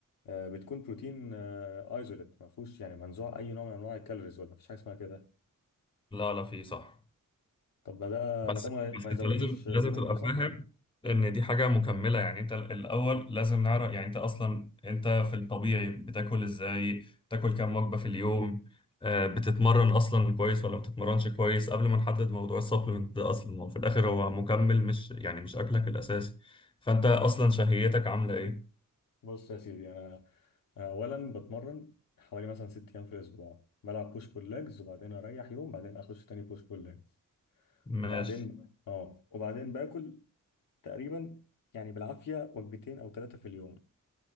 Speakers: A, on the left; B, on the left.
A: آه، بتكون بروتين ايزوليت ما فيهوش يعني منزوع اي نوع من انواع الكالوريز ولا مفيش حاجه اسمها كده
B: لا لا في صح
A: طب ما ده
B: بس
A: ما ده ما
B: بس
A: ما يزودليش
B: انت لازم لازم
A: دهون
B: تبقى
A: ده صح؟
B: فاهم ان دي حاجه مكمله يعني انت الاول لازم نعرف يعني انت اصلا انت في الطبيعي بتاكل ازاي بتاكل كام وجبه في اليوم آه، بتتمرن اصلا كويس ولا ما بتتمرنش كويس قبل ما نحدد موضوع السبلمنت ده اصلا ما هو في الاخر هو مكمل مش يعني مش اكلك الاساسي فانت اصلا شهيتك عامله ايه
A: بص يا سيدي انا انا اولا بتمرن حوالي مثلا ست ايام في الاسبوع بلعب بوش بول ليجز وبعدين اريح يوم بعدين اخش تاني بوش بول ليجز وبعدين
B: ماشي
A: اه وبعدين باكل تقريبا يعني بالعافيه وجبتين او ثلاثه في اليوم